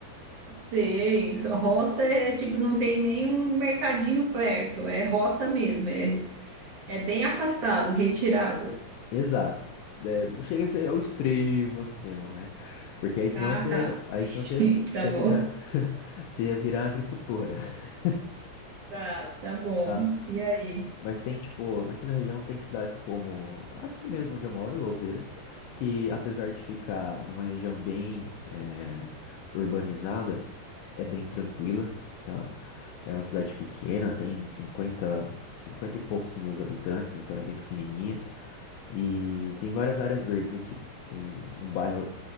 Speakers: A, on the right; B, on the left.
A: Sei, só roça é tipo, não tem nenhum mercadinho perto, é roça mesmo, é, é bem afastado, retirado.
B: <laughs> Exato. É, não chega a ser ao extremo, ao extremo, né? Porque aí senão
A: Ah,
B: você,
A: tá. <laughs>
B: aí senão você,
A: Sim, tá
B: você
A: bom.
B: ia virar, <laughs> você ia virar agricultora, <laughs>
A: Tá, tá bom.
B: tá?
A: E aí?
B: Mas tem, tipo, aqui na região tem cidades como aqui mesmo onde eu moro, Louveira, que apesar de ficar numa região bem eh, urbanizada, é bem tranquila, tá? É uma cidade pequena, tem 50, 50 e poucos mil habitantes, então é bem pequenininha. E tem várias áreas verdes aqui. Tem um bairro